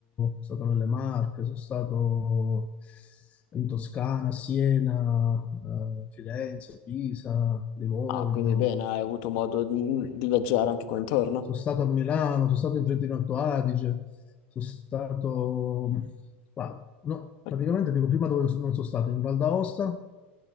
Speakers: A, on the left (about 20°); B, on the left (about 55°).
A: sono stato nelle Marche, sono stato in Toscana, Siena, eh, Firenze, Pisa, Livorno
B: Ah, quindi bene, hai avuto modo di, di viaggiare anche qua intorno?
A: sono stato a Milano, sono stato in Trentino Alto Adige, sono stato... qua, no,
B: <laughs>
A: praticamente dico prima dove non sono stato, in Val d'Aosta,